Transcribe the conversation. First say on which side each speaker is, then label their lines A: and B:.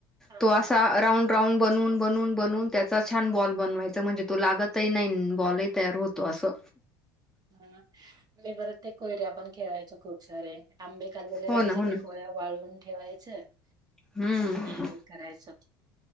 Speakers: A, on the right; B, in the centre.
A: हा
B: तो असा
A: हा
B: राऊंड राऊंड बनवून बनवून बनवून त्याचा छान बॉल बनवायचा. म्हणजे तो लागतही नाही अन बॉलही तयार होतो असं.
A: ह मी परत ते कोयऱ्या आपण खेळायचो खूप. सारे आंबे खाल्लेले
B: हो
A: राहायचे,
B: ना हो ना
A: ते कोया वाळवून ठेवायचं
B: हम्म
A: आणि करायचंत.